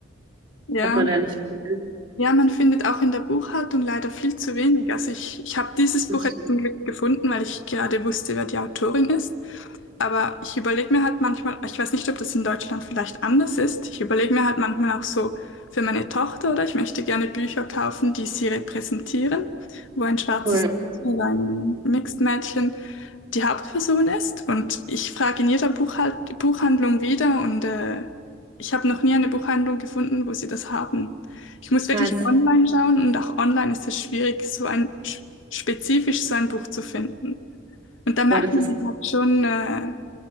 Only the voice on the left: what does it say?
Ja,
ja, man findet auch in der Buchhaltung leider viel zu wenig. Also ich, ich habe dieses
Buch jetzt
zum Glück gefunden, weil ich gerade wusste, wer die Autorin ist. Aber ich überlege mir halt manchmal, ich weiß nicht, ob das in Deutschland vielleicht anders ist. Ich überlege mir halt manchmal auch so für meine Tochter oder ich möchte gerne Bücher kaufen, die sie repräsentieren, wo ein schwarzes
oder ein Mixed-Mädchen die Hauptperson ist. Und ich frage in jeder Buchhalt Buchhandlung wieder und äh, ich habe noch nie eine Buchhandlung gefunden, wo sie das haben. Ich muss wirklich
online schauen und auch online ist es schwierig, so ein spezifisch so ein Buch zu finden. Und da merkt
man
dann halt schon, äh,